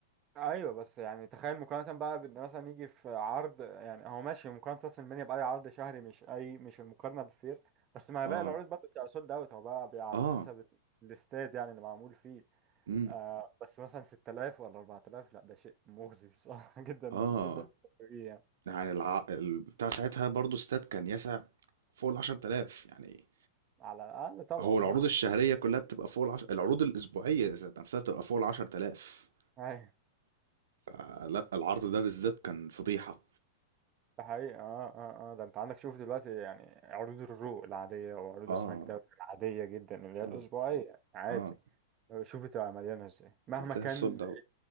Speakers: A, on the right; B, on the right.
A: ايوه بس يعني تخيل مقارنه بقى بان مثلا يجي في عرض يعني هو ماشي مقارنه راس المنيا باي عرض شهري مش اي مش المقارنه بالفير بس مع
B: اه
A: باقي العروض برضه بتبقى سولد اوت هو بقى بيبقى على
B: اه
A: حسب ال- الاستاد يعني اللي معمول فيه
B: امم
A: آه بس مثلا 6000 ولا 4000 لا ده شيء مغزي صح <laughs> جدا
B: اه
A: في الدوري السعودي يعني
B: يعني الع... ال- بتاع ساعتها برضو استاد كان يسع فوق ال 10000 يعني
A: على الاقل طبعا
B: هو العروض
A: اه
B: الشهرية كلها بتبقى فوق العش... العروض الأسبوعية ذات نفسها بتبقى فوق ال 10000
A: ايوه
B: آه، لا العرض ده بالذات كان فضيحة
A: ده حقيقي اه اه اه ده انت عندك شوف دلوقتي يعني عروض الرو العاديه وعروض
B: اه
A: سماك داون العاديه جدا اللي هي
B: اه
A: الاسبوعيه عادي
B: اه
A: شوفي تبقى مليانة ازاي مهما
B: هتلاقيها
A: كان
B: سولد اوت